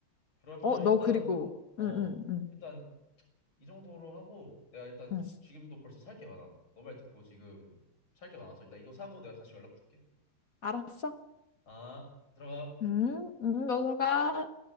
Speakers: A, on the left; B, on the left.
A: 그러면
B: 어, 너
A: 일단
B: 그리고
A: 어, 어
B: 응, 응, 응,
A: 일단 이 정도로 하고 내가 일단
B: 응.
A: 지금도 벌써 살 게 많아. 너 말 듣고 지금 살 게 많아서 일단 이거 사고 내가 다시 연락 줄게.
B: 알았어?
A: 아, 들어가.
B: 응, 응, 너 들어가.